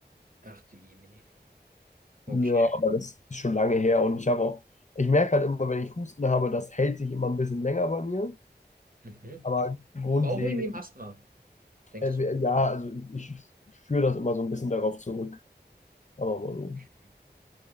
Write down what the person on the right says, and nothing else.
Ach du Jemine. Okay.
Mhm.
Aber auch wegen dem Asthma, denkst
du?
Okay.